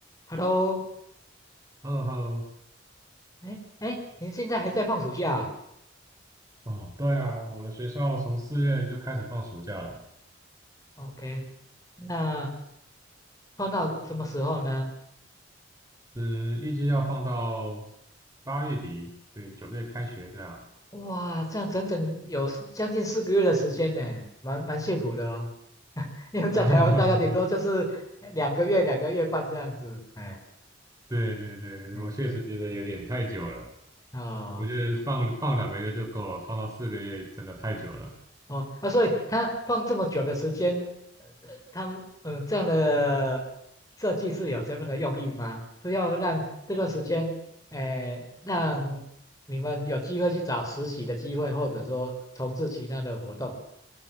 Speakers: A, on the left; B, on the right.
A: Hello，
B: 嗯喽，
A: 哎哎，您现在还在放暑假啊
B: 哦，对啊，我们学校从四月就开始放暑假了，
A: ？OK，那放到什么时候呢？
B: 嗯，预计要放到八月底，对，九月开学这样。
A: 哇，这样整整有四将近四个月的时间呢，蛮蛮幸福的哦。<laughs> 因为在台湾大概顶多就是两个月、
B: 那 <laughs>
A: 两个月半这样子。哎，
B: 对对对，
A: 嗯，
B: 我确实觉得有点太久了，
A: 哦，
B: 我觉得放放两个月就够了，
A: 是。
B: 放到四个月真的太久了。
A: 哦，啊，所以他放这么久的时间，呃，呃他们嗯这样的设计是有什么样的用意吗？是要让这段时间，诶、让你们有机会去找实习的机会，或者说从事其他的活动。